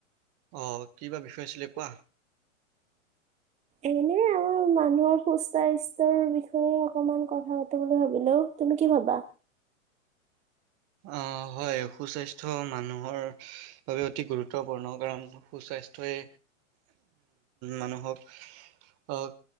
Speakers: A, on the right; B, on the right.
A: অ কিবা বিষয়ে আছিলে কোৱা।
B: এনে আমাৰ মানুহৰ সুস্বাস্থ্যৰ বিষয়ে অকমান কথা পাতো বুলি ভাবিলো তুমি কি ভাবা
A: আহ হয় সুস্বাস্থ্য মানুহৰ বাবে অতি গুৰুত্বপূৰ্ণ কাৰণ সুস্বাস্থ্যই মানুহক আহ